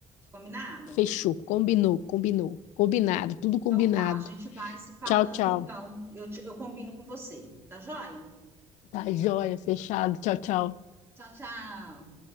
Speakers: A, on the right (about 20°); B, on the left (about 85°).
A: Combinado?
B: Fechou, combinou, combinou, combinado, tudo combinado.
A: Então tá, a gente vai se falando
B: Tchau, tchau.
A: então. Eu, te- eu combino com você, tá joia?
B: Tá joia, fechado. Tchau, tchau.
A: Tchau, tchau.